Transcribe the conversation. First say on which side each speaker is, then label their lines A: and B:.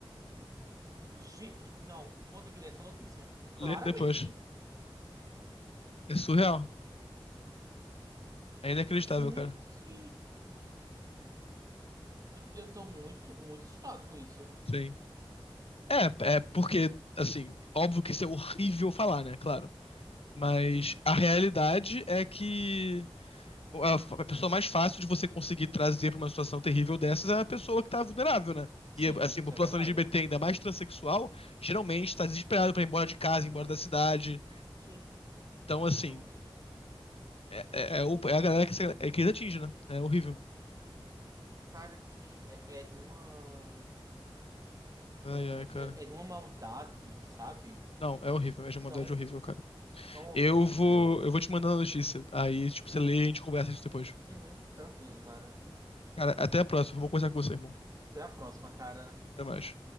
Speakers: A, on the right; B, on the left.
A: Gente, que- não. Vou ter que ler essa notícia. Claramente.
B: Lê depois. É surreal. É inacreditável,
A: Gente,
B: cara.
A: eu, eu tô muito, muito assustado com isso.
B: Sim. É, é porque, assim, óbvio que isso é horrível falar, né? Claro. Mas a realidade é que a, f- a pessoa mais fácil de você conseguir trazer para uma situação terrível dessas é a pessoa que está vulnerável, né?
A: Sim,
B: E assim,
A: isso
B: a população
A: é verdade.
B: LGBT, ainda mais transexual, geralmente está desesperada para ir embora de casa, ir embora da cidade.
A: Sim.
B: Então, assim,
A: Nossa.
B: é, é, é o- é a galera que, se- é que eles atingem, né? É horrível.
A: Cara, que é, é de uma.
B: Ai,
A: É,
B: ai, cara.
A: é, é de uma maldade, sabe?
B: Não,
A: E
B: é horrível. É de maldade
A: tão,
B: horrível, cara.
A: tão horrível.
B: Eu vou, eu vou te mandando a notícia. Aí, tipo, você lê e a gente conversa isso depois.
A: Uhum, tranquilo, cara.
B: Cara, até a próxima. Vou conversar com você, irmão.
A: Até a próxima, cara.
B: Até mais.